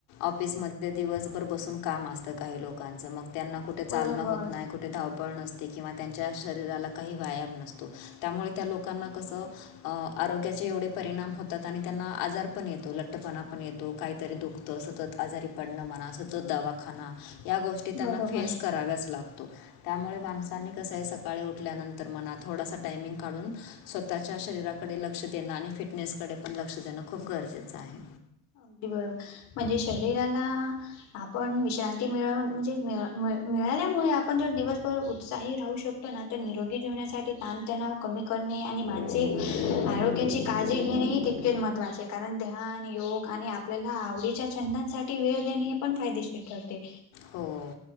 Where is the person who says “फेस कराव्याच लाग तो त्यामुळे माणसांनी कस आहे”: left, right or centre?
Left